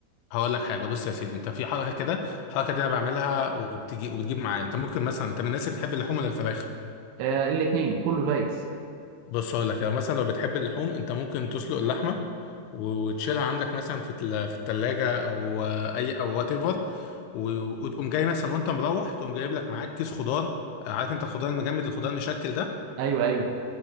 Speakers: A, on the left; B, on the right.
A: هقول لك حاجة بص يا سيدي انت في حركة كده الحركة دي انا بعملها وبتجي وبتجيب معايا انت ممكن مثلا انت من الناس اللي بتحب اللحوم ولا الفراخ
B: آه الاثنين كله دايس
A: بص هقول لك لو مثلا لو بتحب اللحوم انت ممكن تسلق اللحمة وتشيلها عندك مثلا في التل- في التلاجة او آه، اي او وات ايفر وتقوم جاي مثلا وانت مروح تقوم جايب لك معاك كيس خضار آه، عارف انت الخضار المجمد الخضار المشكل ده
B: ايوه ايوه